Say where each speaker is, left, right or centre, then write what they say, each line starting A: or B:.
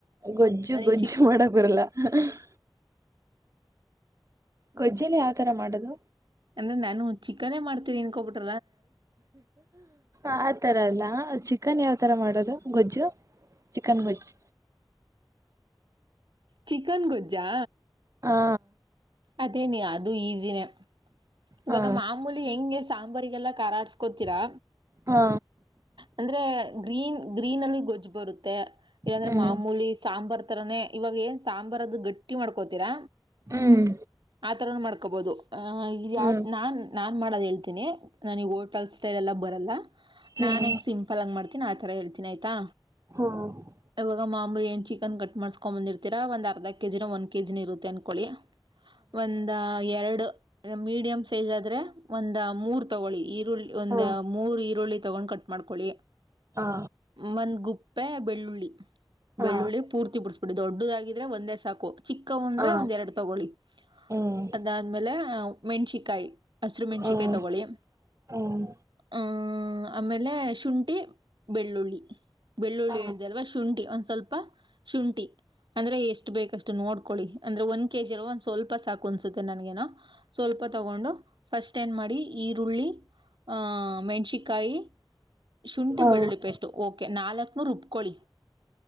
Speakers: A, on the right (about 40°); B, on the right (about 70°).
A: ಗೊಜ್ಜು
B: ನನಗ್
A: ಗೊಜ್ಜು
B: ಚಿಕ್
A: ಮಾಡಕ್ ಬರಲ್ಲ <unintelligible> ಗೊಜ್ಜಲಿ ಯಾವತರ ಮಾಡದು
B: ಅಂದ್ರೆ ನಾನು ಚಿಕನೇ ಮಾಡ್ತೀನ ನ್ಕೋಬಿಟ್
A: ಆತರ ಅಲ್ಲ ಚಿಕನ್ ಯಾವತರ ಮಾಡೋದು ಗೊಜ್ಜು ಚಿಕನ್ ಗೊಜ್
B: ಚಿಕನ್ ಗೊಜ್ಜಾ
A: ಹಾ
B: ಅದೇ ನೀ ಅದು ಈಸಿನೇ ಇವಾಗ
A: ಹಾ
B: ಮಾಮೂಲಿ ಹೆಂಗೆ ಸಾಂಬಾರಿಗೆಲ್ಲ ಕಾರಾಡ್ಸ್ಕೋತೀರಾ
A: ಹಾ
B: ಅಂದ್ರೆ ಗ್ರೀನ್ ಗ್ರೀನ್ ಅಲ್ಲಿ ಗೊಜ್ಜ್ ಬರುತ್ತೆ ಮತ್ತ ಇಲ್ಲಾಂದ್ರೆ
A: ಹ್ಮ್
B: ಮಾಮೂಲಿ ಸಾಂಬಾರ್ ತರಾನೇ ಇವಾಗ ಏನ್ ಸಾಂಬಾರ್ ಅದು ಗಟ್ಟಿ ಮಾಡ್ಕೋತೀರಾ
A: ಹ್ಮ್
B: ಆತರ ಮಾಡ್ಕೋಬಹುದು ಅ ಯ
A: ಹ್ಮ್
B: ನಾನ್ ಮಾಡ ಹೇಳ್ತಿ ನ ಹೋಟಲ್ ಸ್ಟಲ್ ಎಲ್ಲ ಬರಲ್ಲ
A: ಹ್ಮ್
B: ನಾನ್ ಹೆ ಸಿಂಪಲ್ ಮಾಡ್ತ ನಾ ಆ ತರ ಹೇಳ್ತೀನಿ ಆಯ್ತಾ
A: ಹ್ಮ್
B: ಇವಾಗ ಮಾಮೂಲಿ ಎ ಚಿ ಚಿಕನ್ ಕಟ್ ಮಾಡಸ್ಕೊಂಡ್ ಬಂದಿರ್ತೀ ಒಂದ್ರ್ಧ ಕ ಕೆ ಜಿರ ಒಂದ ಕೆಜಿನ ಇರುತ್ತೆ ಅನ್ಕೊಳ್ಳಿ ಒಂದ ಎರಡು ಮೀಡಿಯಂ ಸೈಜ್ ಆದ್ರೆ ಒಂದ ಮೂರ್ ತಗೊಳ್ಳಿ ಈ ಈರುಳ್ಳಿ ಒಂದ
A: ಹಾ ಹಾ
B: ಮೂರು ಈರುಳ್ಳಿ ತಗೊಂಡ್ ಕಟ್ ಮಾಡ್ಕೊಳ್ಳಿ
A: ಹಾ
B: ಮಂದ ಗುಪ್ ಉಪ್ಪೆ ಬೆಳ್ಳುಳ್ಳಿ
A: ಹಾ
B: ಬೆಳ್ಳುಳ್ಳಿ ಪೂರ್ತಿ ಬಿುಡಿಸಬಿಟ್ಟು ದೊಡ್ಡದಾಗಿದ್ರೆ ಒಂದೇ ಸಾಕು ಚಿಕ್ಕವು ಅಂದ್ರೆ
A: ಹಾ
B: ಒಂದ್ ಎರಡು ತಗೊಳ್ಳಿ
A: ಹ್ಮ್
B: ಅದಾದ್ಮೇಲೆ ಮೆಣಸಿಕಾಯಿ ಹಸಿರು ಮೆಣಸಿಕಾಯಿ
A: ಹ್ಮ್
B: ತಗೊಳ್ಳಿ
A: ಹ್ಮ್
B: ಹ್ಮ ಆಮೇಲೆ ಶುಂಠಿ ಬೆಳ್ಳುಳ್ಳಿ ಬೆಳ್ಳುಳ್ಳಿ
A: ಹಾ ಹಾ
B: ಹೇಳ್ದ ಅಲ್ವಾ ಶುಂಠಿ ಒ ಶುಂಠಿ ಅಂದ್ರೆ ಎಷ್ಟು ಬೇಕಷ್ಟು ನೋಡ್ ಕಿ ಅಂದ್ರೆ ಒಂದ್ ಕೆ ಜಿ ಅಲ್ವಾ ಒಂದ್ ಸ್ವಲ್ಪ ಸಾಕು ಅನ್ಸುತ್ತೆ ನನ್ಗೇನ ಸ್ವಲ್ಪ ತಗೊಂಡು ಫಸ್ಟ್ ಏನ್ ಮಾಡಿ ಈರುಳ್ಳಿ ಆ ಮೆಣ್ಸಕಾಯಿ ಶುಂಠಿ
A: ಹಾ
B: ಬೆಳ್ಳುಳ್ಳಿ
A: ಹ್ಮ್
B: ಪೇಸ್ಟ್ಓಕೆ ನಾಲ್ಕನೂರು ರುಬ್ಕೊಳ್ಳಿ